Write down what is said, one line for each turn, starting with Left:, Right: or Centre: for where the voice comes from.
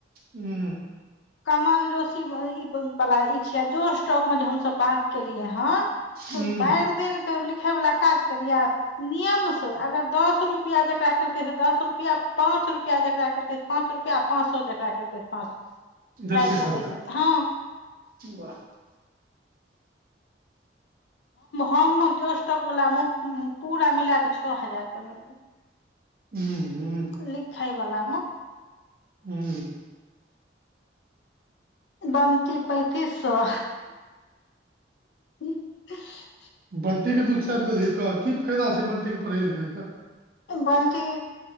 Right: हू।
Left: कमल जोशी ई वाला ई छियै जो स्टॉकमे जे हम सभ बात केलियै हन।
Right: हूं
Left: भरि दिन के लिखै वाला काज करिया नियम से अगर दस रुपआ जेकरा केलकै से दस रुपआ पाँच रुपआ जेकरा केललकै। पाँच रुपआ पाँच सए जकरा केलकै पाँच।
Right: देलकै
Left: राति के
Right: सभके
Left: पैसा हँ
Right: वाह।
Left: हम जोश टॉक वला मे पूरा मिला कऽ छओ हजार कमैलिये।
Right: हू हू।
Left: लिखइ वाला मे।
Right: हू।
Left: बमती पैतिस सए ह।
Right: बटी के दूध चापि देलही कऽ कि फायदा छै बटी के पढ़ै लिखैके
Left: बनथी।